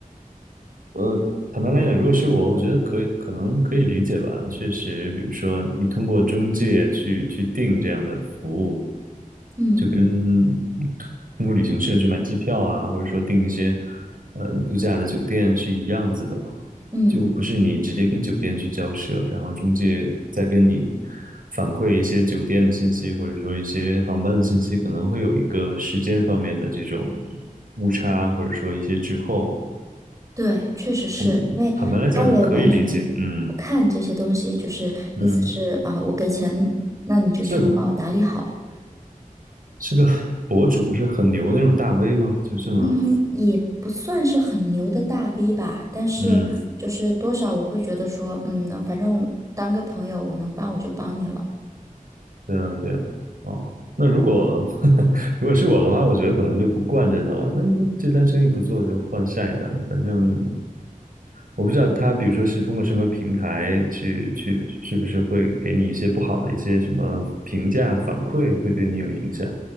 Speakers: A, on the right; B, on the right.
A: 我坦白来讲，如果是我，我觉得可以，可能可以理解吧。确实，比如说你通过中介去去订这样的服务，
B: 嗯
A: 就跟通过旅行社去买机票啊，或者说订一些呃度假的酒店是一样子的嘛，
B: 嗯。
A: 就不是你直接跟酒店去交涉，然后中介再跟你反馈一些酒店的信息，或者说一些航班的信息，可能会有一个时间方面的这种误差，或者说一些滞后。
B: 对，确实是因为他也完全
A: 嗯，坦白来讲可以理解。嗯
B: 不看这些东西，就是意思是啊，
A: 嗯，
B: 我给钱，那你就全部帮我打理好。
A: 是是个 <laughs> 博主，是很牛的那种大 V 吗？就这么，
B: 嗯，也不算是很牛的大 V 吧，但是就是多少我会觉得说，
A: 嗯，
B: 嗯，反正我当个朋友，我能帮我就帮你了。
A: 对啊对啊。哦，那如果 <laughs> 如果是我的话，我觉得可能就不惯着他了。那那这单生意不做，就换下一单了。反正我不知道他，比如说是通过什么平台去去，是不是会给你一些不好的一些什么评价反馈，会对你有影响，